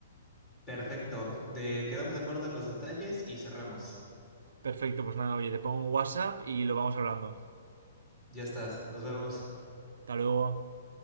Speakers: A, on the left; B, on the right.
A: Perfecto. De, quedamos de acuerdo en los detalles y cerramos.
B: Perfecto, pues nada, oye, te pongo un WhatsApp y lo vamos hablando.
A: Ya estás. Nos vemos.
B: Hasta luego.